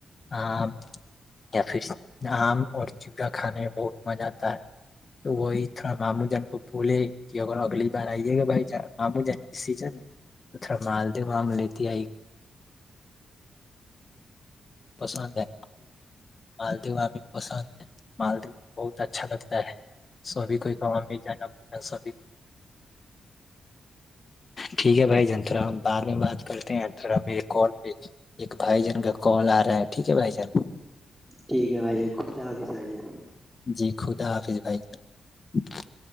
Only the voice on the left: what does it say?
<unintelligible> یا پھر <inaudible> آم اور چیورا کھانے میں بہت مزہ آتا ہے تو وہی تھوڑا ماموں جان کو بھولے کہ اگر اگلی بار آئیے گا بھائی ماموں جان اس سیزن میں تو تھوڑا مالدہ آم لیتے آئی <inaudible> پسند ہے مالدو پسند ہے مالدو بہت اچھا لگتا ہے <unintelligible> ہے سوب کوئی کا بھی <inaudible> جانا بچنا سبھی کو ٹھیک ہے بھائی جان تھڑا ہم بعد میں بات کرتے ہیں تھڑا میرے کال پہ ایک بھائی جن کا کال آ رہا <inaudible> ٹھیک ہے بھائی جان <inaudible>
جی خدا حافظ بھائی ج <unintelligible>